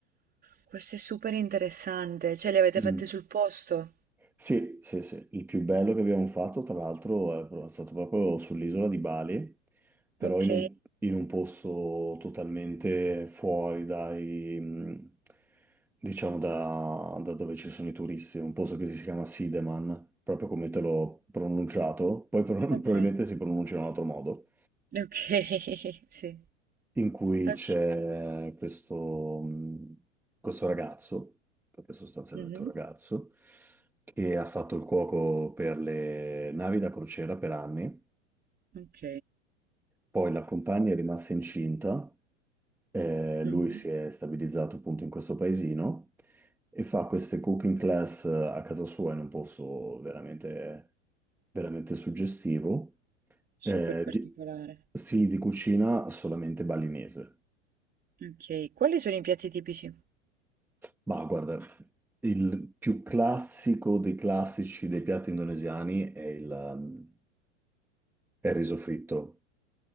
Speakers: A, on the right; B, in the centre.
A: Questo è super interessante. Cioè, li avete
B: Mm.
A: fatti sul posto?
B: Sì, sì, sì. Il più bello che abbiamo fatto, tra l'altro, è pro- stato proprio sull'isola di Bali, però
A: Ok.
B: in un, in un posto totalmente fuori dai, mh, diciamo, da, da dove ci sono i turisti, un posto che si chiama Sideman, proprio come te l'ho pronunciato, poi pro-
A: Ok.
B: <laughs> probabilmente si pronuncia in un altro modo
A: Ok. <laughs> Sì.
B: in cui
A: Ok.
B: c'è questo, mh, questo ragazzo, perché sostanzialmente
A: Mhm.
B: è un ragazzo, che ha fatto il cuoco per le navi da crociera per anni,
A: Ok.
B: poi la compagna è rimasta incinta, eh,
A: Mhm.
B: lui si è stabilizzato appunto in questo paesino e fa queste cooking class eh, a casa sua in un posto veramente, veramente suggestivo,
A: Super
B: eh,
A: particolare.
B: di- sì, di cucina solamente balinese.
A: Okay. Quali sono i piatti tipici?
B: Ma guarda, il più classico dei classici dei piatti indonesiani è il, um, è il riso fritto.